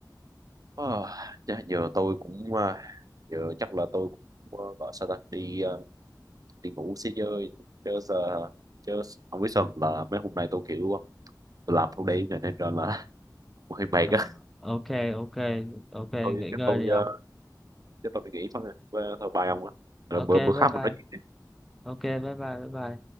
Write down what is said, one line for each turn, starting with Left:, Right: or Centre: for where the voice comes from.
Right: à, dạ, giờ tôi cũng à, giờ chắc là tôi cũng à, gọi sao ta đi à, đi ngủ xí chơi chứ giờ chứ không biết sao là mấy hôm nay tôi kiểu ờ, tôi làm thâu đêm này nên ra là <laughs> hơi mệt
Centre: à
Right: á
Centre: ok ok ok
Right: thôi
Centre: nghỉ
Right: chắc
Centre: ngơi
Right: tôi
Centre: đi ông
Right: à, chắc tôi đi nghỉ thôi Và thôi bye ông ạ rồi bữa
Centre: ok
Right: bữa khác
Centre: bye bye
Right: mình nói chuyện
Centre: ok bye bye bye bye